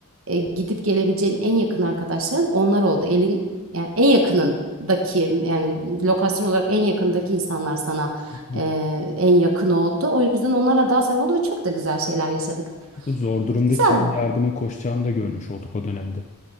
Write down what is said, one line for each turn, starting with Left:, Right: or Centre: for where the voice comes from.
Right: e, gidip gelebileceğin en yakın arkadaşların onlar oldu. Elin yani en yakınındaki yani lokasyon olarak en yakındaki insanlar sana
Left: Tabii
Right: e, en yakın oldu. O yüzden onlarla daha samimi oldu ve çok da güzel şeyler yaşadık.
Left: zor durumda
Right: Güzel.
Left: kimin yardıma koşacağını da görmüş olduk o dönemde.